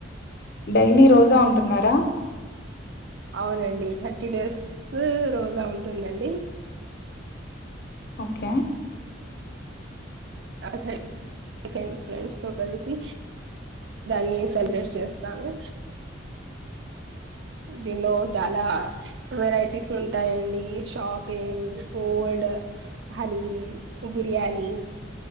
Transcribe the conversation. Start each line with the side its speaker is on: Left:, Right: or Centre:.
Left: డైలీ రోజా ఉంటున్నారా
Right: అవునండి థర్టీ డేస్ రోజా ఉంటుందండి
Left: ఓకే
Right: ర్ ఆ ఫ్రెండ్స్ తో కలిసి దాన్ని సెలబ్రేట్ చేస్తాము డినో చాలా వెరైటీ ఉంటాయండి షాపింగ్ ఫూడ్ హలీం బిర్యానీ